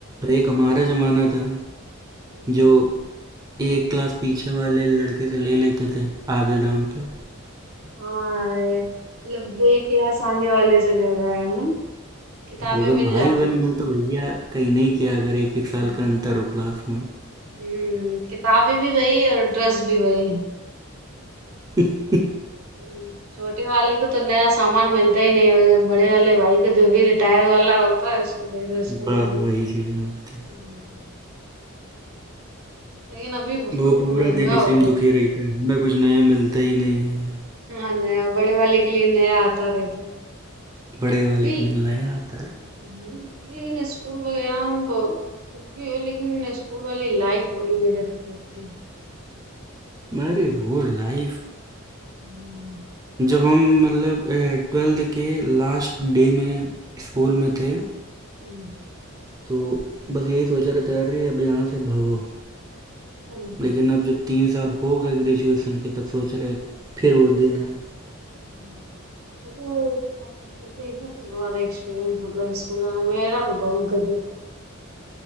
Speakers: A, on the right; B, on the right.
A: एक हमारा जमाना था
B: हम्म,
A: जो एक क्लास पीछे वाले लड़के से ले लेते थे आधे दाम पे हाँ,
B: हाय मतलब एक क्लास आगे वाले चले गए हम किताबें
A: अगर
B: मिल
A: भाई
B: जाती
A: बहन
B: थी
A: हो तो भैया कहीं नहीं किया अगर एक एक
B: हम्म
A: साल का अंतर हो क्लास में
B: हम्म, किताबें भी वही और ड्रेस भी वही
A: <laughs>
B: हम्म, छोटे वाले को तो नया सामान मिलता ही नहीं है, बड़े वाले भाई को जो भी रिटायर वाला होता है उसको दे दो इसको
A: बस
B: दे दो
A: वही चीजें मिलती
B: हम्म,
A: हैं।
B: लेकिन अभी बहुत
A: वो पूरा
B: महंगा
A: दिन इसी
B: हो गया
A: में दुखी रहता है हमें कुछ नया मिलता ही नहीं है
B: हाँ नया बड़े वाले के लिए नया आता रहता है
A: बड़े वाले
B: अभी
A: के लिए नया आता है
B: हम्म, लेकिन स्कूल वगैरह में बहु- कुछ भी हो लेकिन स्कूल वाली लाइफ बड़ी गजब की होती है
A: अरे वो लाइफ
B: हम्म,
A: जब हम मतलब ट्वेल्थ के लास्ट डे में स्कूल में थे
B: हम्म,
A: तो बस यही सोच रहे थे अरे अब यहाँ से भागो
B: हम्म,
A: लेकिन अब जब तीन साल हो गए ग्रेजुएशन के तो सोच रहे हैं, फिर वो देना है
B: हम्म। तो तो- तो इसमें तो बहुत एक्सपीरियंस मतलब स्कूल वाला मेरा तो बहुत गजब का था